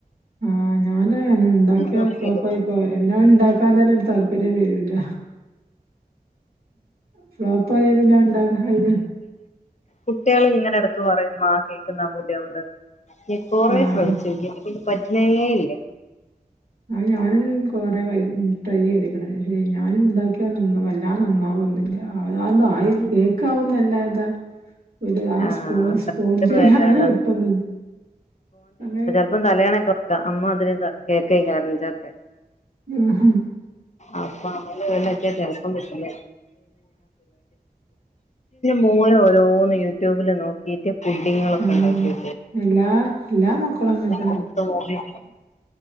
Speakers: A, on the right (about 65°); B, on the left (about 45°).
A: ആഹ് ഞാനും അ എന്നെ ഇണ്ടാക്കിയ
B: നോക്കിയിട്ടും
A: ഫ്ലോപ്പ് ആയി പോ ലാ പിന്നെ പിൻ ഇണ്ടാക്കാൻ തന്നെ ഒരു താല്പര്യം വരൂല്ല ഫ്ലോപ്പ് ആയാ പിന്നെ അഹ് ണ്ടാ കാന്
B: കുട്ടിയേൾ ഇങ്ങനെ ഇടക്ക് പറയും ഇമ്മാ കേക്ക് ന്നാൻ പൂതിയാവ്ണ്ട് ഞാൻ കൊറെ
A: ആഹ്
B: ശ്രമിച്ചോക്കി ഇന്ന കൊണ്ട് പറ്റ്ണേ ഇല്ല
A: ആഹ് ഞാനന്നെ കൊറെ ട്രൈ ചെയ്ത് ക്ണ് ക്ഷെ ഞാനും ഉണ്ടാക്കിയാ വല്ലാതെ നന്നാവൊന്നുല്ല ആ ആയി കേക്കാവുന്നല്ല ഇതാ ഒരു ആ
B: ആഹ്
A: സ്പൂഞ് സ്പൂഞ്ച
B: വിലള്ള
A: അങ്ങനെ കിട്ടുന്നു അങ്ങനെ
B: അപ്പം തലയാണക്കെ നോക്കാം അമ്മ അതിന് കേൾക്ക <unintelligible>
A: ആഹാ
B: അപ്പൊഅവളെയും ഇവനെയൊക്കെ തിരക്കാൻ പറ്റില്ലേ മോനോരോന്ന് യൂട്യൂബില് നോക്കി യേട്ട പുഡിങ്ങൊക്കെ
A: ആഹ്
B: ഉണ്ടാക്കി
A: എല്ലാ എല്ലാ മക്കളും അങ്ങനെ
B: മൂത്ത മോന്